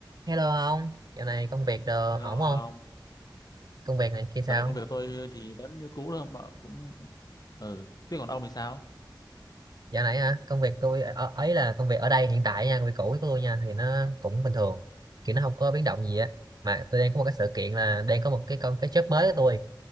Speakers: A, on the right; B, on the left.
A: Hello ông, dạo này công việc đồ
B: Hello
A: ổn không?
B: ông.
A: Công việc này kia sao?
B: lần này công việc tôi thì vẫn như cũ thôi mà Cũng ừ. Thế còn ông thì sao?
A: Dạo này hả? Công việc tôi ở, ấy là công việc ở đây hiện tại nha, công việc cũ của tôi nha thì nó cũng bình thường, kiểu nó không có biến động gì á. Mà tôi đang có một cái sự kiện là đang có một cái con cái job mới của tôi